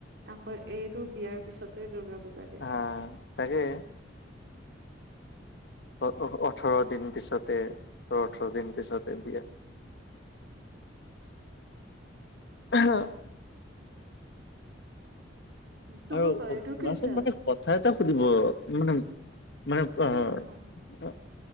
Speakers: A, on the right; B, on the left.
A: আকৌ এইৰো বিয়াৰ পিছতে দুৰ্গাপূজা।
B: অ' তাকেই। অ'-অ' ওঠৰ দিন পিছতে সোতৰ-ওঠৰ দিন পিছতে বিয়া।
A: <unintelligible>
B: হা
A: তোমাৰ
B: আৰু
A: বাৰ্থডে
B: অ' শুনাচোন
A: কেইটা
B: মানে কথা এটা সুধিম অ' মানে-মানে
A: অ
B: অ'
A: সোধা
B: <unintelligible>